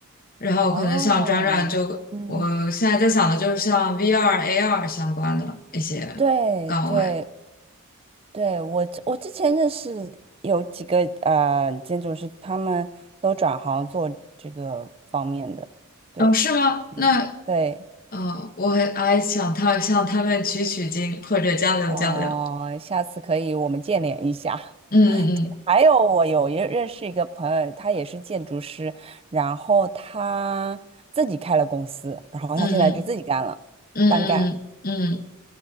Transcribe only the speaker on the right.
哦，嗯
对对对，我之我之前认识有几个呃建筑师，他们都转行做这个方面的。对，
嗯，
对。
哦，下次可以我们见联一下。
还有，我有一认识一个朋友，他也是建筑师，然后他自己开了公司，然后他现在就自己干了，
单干。